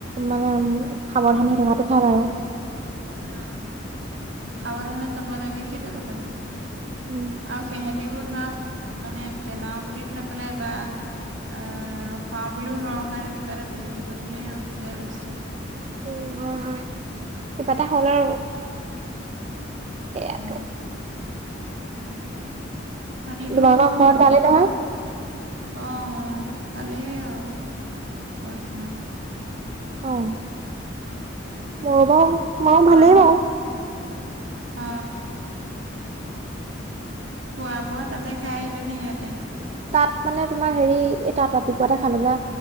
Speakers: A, on the right (about 35°); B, on the right (about 75°).
A: মানে উ সাৱধানে থকাটো ভাল আৰু।
B: উম সাৱধানে যাবো লাগে। সেইটোৱে কথাটো
A: উম।
B: আৰু সেহঁতি। তেও ধৰা মানে পেলাও বুলি নেপেলাই বা। আহ ৰখাও বুলিও নৰখাও কিবা এটা বিজুতি ঘটিলেহে ৰখি যায় বস্তু।
A: উ হয় হয় কিবা এটা হ'লে আৰু। এয়াতো।
B: উম। মানে এইটো।
A: তোমালোকৰ ঘৰত ভালেই
B: <unintelligible>
A: নহয়?
B: অ অ ভালেই আৰু বৰ্তমান।
A: ও। মোৰো বাওঁ মইো
B: খোৱা
A: ভালেই বাওঁ।
B: অ। খোৱা বোৱা তাতে খাই আহিলে নে ইয়াতে।
A: তাত মানে তোমাৰ হেৰি এই তাত ৰাতিপুৱাতে খালো না